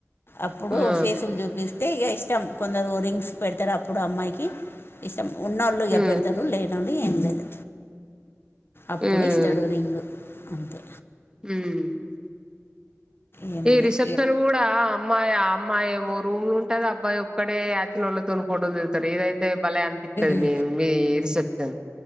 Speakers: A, on the left; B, on the right.
A: అప్పుడు
B: ఆ
A: ఫేసులు జూపిస్ తే ఇగ ఇష్టం కొందరు రింగ్స్ పెడతరు అప్పుడు అమ్మాయికి ఇష్టం, ఉన్నోళ్ళు ఇగ
B: ఉమ్
A: పెడతరు లేన్ నుండి ఏం లేదు అప్పుడు
B: ఉమ్
A: ఇస్తాడు రింగు అంతే
B: ఉమ్
A: ఏముండదు
B: ఈ రిసెప్షన్ గూడా అమ్మాయి అమ్మాయేమో రూమ్లుంటది అబ్బాయోక్కడే అచ్చినోళ్ళత్ తోన్ ఫోటోలు దిగుతరు ఇదయితే భలే అనిపిత్తది
A: ఇగ
B: మీ మీ రిసెప్షన్